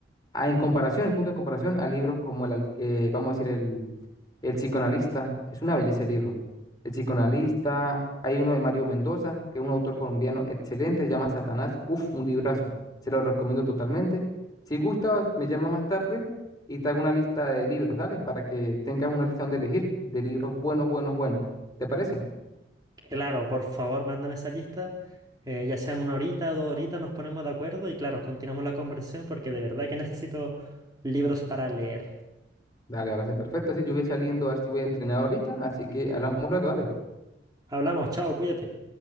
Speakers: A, on the left; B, on the right.
A: a- en comparación, en punto de comparación, a libros como el, al- eh, vamos a decir, el el psicoanalista, es una belleza el libro. El psicoanalista, hay uno de Mario Mendoza, que es un autor colombiano excelente, se llama Satanás. Uf, un librazo. Se lo recomiendo totalmente. Si gustas, me llama más tarde y te hago una lista de libros, dale, para que tengas una lista donde elegir de libros buenos, buenos, buenos. ¿Te parece?
B: Claro, por favor, mándame esa lista. eh, ya sean una horita, dos horitas, nos ponemos de acuerdo y claro, continuamos la conversación porque de verdad que necesito libros para leer.
A: Dale, me parece perfecto. Sí, yo voy saliendo a ver si voy a entrenar ahorita, así que hablamos luego, dale.
B: Hablamos, chao, cuídate.